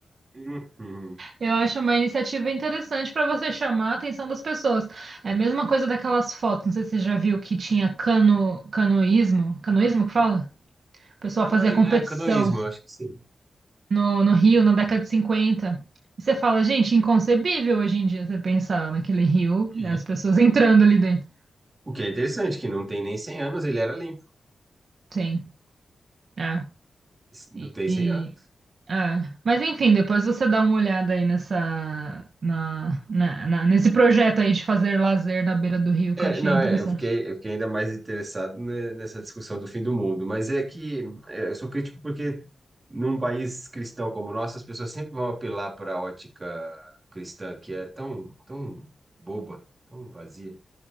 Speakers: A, on the right (about 35°); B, on the right (about 65°).
A: Uhum.
B: Eu acho uma iniciativa interessante para você chamar a atenção das pessoas. É a mesma coisa daquelas fotos, não sei se você já viu que tinha cano, canoísmo, canoísmo que fala? O pessoal
A: Canoí,
B: fazia competição
A: é, canoísmo, eu acho que sim.
B: no, no Rio na década de 50. E você fala, gente, inconcebível hoje em dia você pensar naquele rio,
A: É.
B: né, as pessoas <laughs> entrando ali dentro.
A: O que é interessante, que não tem nem 100 anos, ele era limpo.
B: Sim, é.
A: Não
B: E,
A: tem
B: e-
A: 100 anos.
B: é. Mas enfim, depois você dá uma olhada aí nessa, na, na- na- nesse projeto aí de fazer lazer na beira do rio
A: É,
B: que eu achei
A: não,
B: interessante.
A: é, eu fiquei, eu fiquei ainda mais interessado ne- nessa discussão do fim do mundo, mas é que é, eu sou crítico porque num país cristão como o nosso, as pessoas sempre vão apelar para a ótica cristã, que é tão, tão boba, tão vazia.